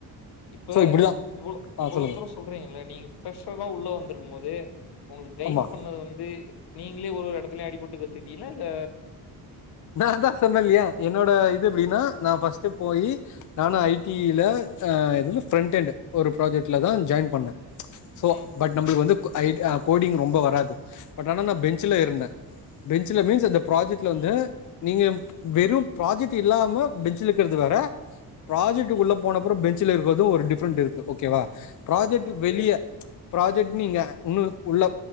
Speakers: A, on the left (about 75°); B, on the left (about 50°).
A: இப்ப
B: ஸோ இப்படிதான்
A: இவ்ளோ
B: ஆ
A: இவ்ளோ
B: சொல்லுங்க
A: துருசு சொல்றீங்க நீங்க ப்ரஷர் தா உள்ள வந்திருக்கும் போது உங்களுக்கு கைட்
B: ஆமா
A: பண்ணது வந்து நீங்களே ஒரு ஒரு இடத்துலயு அடிபட்டுக்கிட்டீங்களா இல்ல
B: நா தா சொன்ன இல்லயா என்னோட இது எப்படின்னா நா ஃபர்ஸ்ட் போய் நானு ஐ டில அ இது பிரண்ட்ண்ட் ஒரு ப்ராஜெக்ட்ல தா ஜாயின் பண்ண சோ
A: ம்
B: பட் நம்மளுக்கு வந்து ஐ கோடிங் ரொம்ப வராது பட் ஆனா நான்
A: ம்
B: பென்ச்சுல இருந்த பெஞ்சுல மீன்ஸ் அந்த ப்ராஜெக்ட்ல வந்து நீங்க வெறும் ப்ராஜெக்ட் இல்லாம பெஞ்சல இருக்கிறது வேற ப்ராஜெக்ட்
A: ம்
B: உள்ள போனப்பர பெஞ்சல இருக்கதும் ஒரு டிஃப்ரன்ட் இருக்குது ஓகேவ ப்ராஜெக்ட்
A: ஓகே
B: வெளிய ப்ராஜெக்ட் நீங்க இன்னு உள்ள